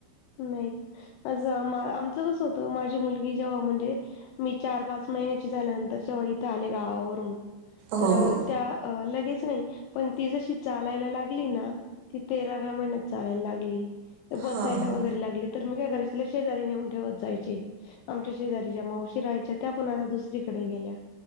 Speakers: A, on the left; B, on the right.
A: नाही का असं आमचं कसं होतं माझी मुलगी जेव्हा म्हणजे मी चार पाच महिन्याची झाल्यानंतर जेव्हा इथं आले गावावरून
B: हो,
A: तर
B: हो.
A: त्या लगेच नाही पण ती जशी चालायला लागली ना ती तेराव्या महिन्यात चालायला लागली मग बसायला
B: हां,
A: लागली
B: हां.
A: लागली तर मी काय करायची तिला शेजारी नेऊन ठेवत जायचे. आमच्या शेजारी ज्या मावशी राहायच्या त्या पण आता दुसरीकडे गेल्या